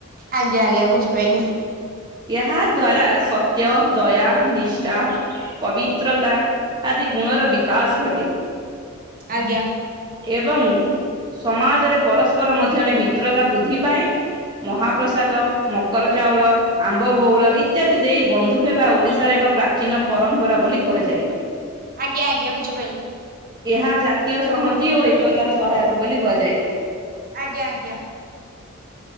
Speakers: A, on the right; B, on the right.
A: ଆଜ୍ଞା ଆଜ୍ଞା ବୁଝିପାଇଲି
B: ଏହା ଦ୍ଵାରା ସତ୍ୟ ଦୟା, ନିଷ୍ଠା, ପବିତ୍ରତା ଆଦି ଗୁଣର ବିକାଶ ଘଟେ।
A: ଆଜ୍ଞା।
B: ଏବଂ ସମାଜରେ ପରସ୍ପର ମଧ୍ୟରେ ମିତ୍ରତା ବୃଦ୍ଧି ପାଏ। ମହାପ୍ରସାଦ, ମକର, ଚାଉଳ, ଆମ୍ବ ବଉଳ ଇତ୍ୟାଦି ଦେଇ ବନ୍ଧୁ ହେବା ଓଡ଼ିଶାର ଏକ ପ୍ରାଚୀନ ପରମ୍ପରା ବୋଲି କୁହାଯାଏ।
A: ଆଜ୍ଞା ଆଜ୍ଞା ବୁଝିପାଇଲିି।
B: ଏହା ଜାତୀୟ ସଂହତି ଓ ଏକତାର ସହାୟକ ବୋଲି କୁହାଯାଏ।
A: ଆଜ୍ଞା ଆଜ୍ଞା।